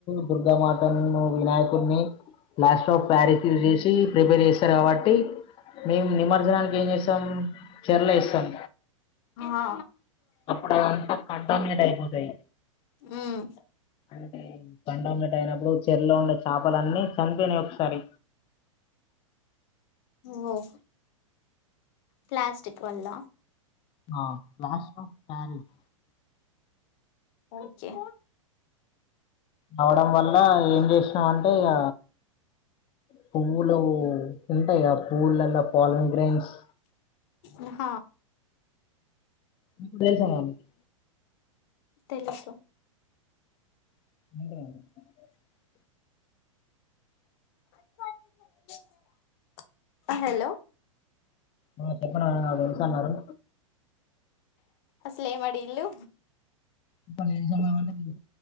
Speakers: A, on the left (about 30°); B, on the left (about 50°).
A: దుర్గా మాత ను వినాయకుడిని ప్లాస్ట ఆఫ్ ప్యారిస్ యూజ్ చేసి ప్రిపేర్ చేస్తారు కాబట్టి మేమ్మ్ నిమజ్జనానికి ఏం చేస్తాం చరలేస్తాం
B: ఆ
A: అప్పుడు అదంతా కడ్డ మీద అయిపోతాయి
B: ఉమ్
A: అంటే పండలటైనప్పుడుచ్చ ఇల్లో ఉండే చేపలన్నీ చనిపోనాయి ఒకసారి
B: ఓహొ ప్లాస్టిక్ వల్ల
A: ఆ ప్లాస్టర్ ఆఫ్ పారిస్
B: ఓకే
A: అవడం వల్ల ఏం చేసినాంటే ఇగ పువ్వు పూల్లో ఉంటాయి గా పూలల్ల పాలన్ గ్రైన్స్
B: ఉహ
A: ఇప్పుడు తెల్సా మమ్మీకి
B: తెలుసు
A: <inaudible> ట
B: అ హలో
A: ఆ చెప్ప నా <unintelligible> వెళ్తన్నారు
B: అసలేం అడిగిల్లు
A: ఒక నిమిష